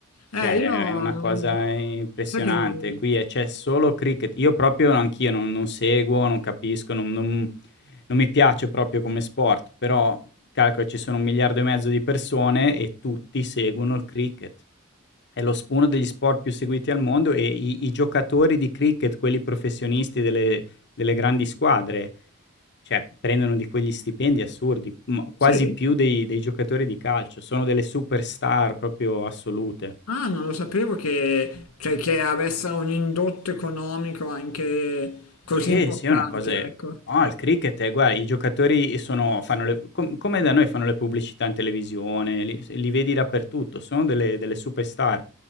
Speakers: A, on the left; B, on the left.
A: Eh,
B: Cioè,
A: io...
B: è è una cosa impressionante.
A: Sai che non...
B: Qui è- c'è solo cricket. Io proprio anch'io non, non seguo, non capisco, non, non- non mi piace proprio come sport, però calcola, ci sono un miliardo e mezzo di persone e tutti seguono il cricket. È lo s- uno degli sport più seguiti al mondo e i, i giocatori di cricket, quelli professionisti delle delle grandi squadre cioè, prendono di quegli stipendi assurdi, ma quasi
A: Sì?
B: più dei dei giocatori di calcio, sono delle superstar proprio assolute.
A: Ah, non lo sapevo che, cioè, che avesse un indotto economico anche così
B: Sì,
A: importante,
B: sì, è una cosa
A: ecco.
B: no, il cricket è guarda, i giocatori sono fanno le com come da noi fanno le pubblicità in televisione, li s li vedi dappertutto, sono delle delle superstar.